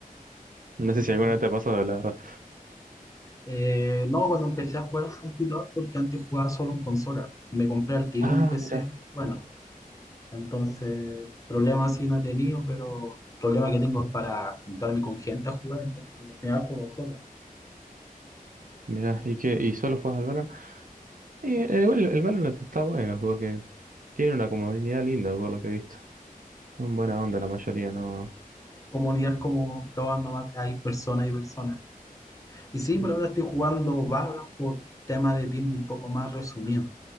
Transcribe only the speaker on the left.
¿ah?
Eh, no, cuando empecé a jugar en computador, porque antes jugaba solo en consola. Me compré al tiro
un PC,
bueno, Entonces, problemas sí no he tenido, pero problema que tengo es para juntarme con gente a jugar, entonces por lo general juego solo.
Comunidades como todas nomás hay personas y personas. Y
sí, por ahora estoy jugando Valorant por tema de tiempo un poco más resumido.